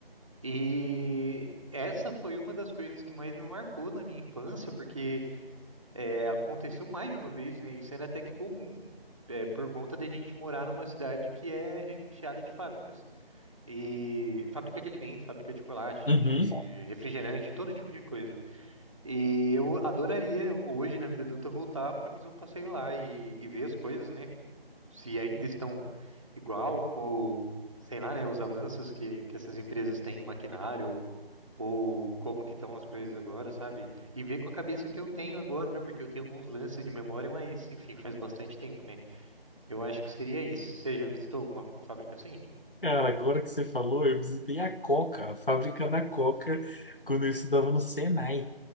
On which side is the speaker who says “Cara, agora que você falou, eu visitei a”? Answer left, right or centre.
Left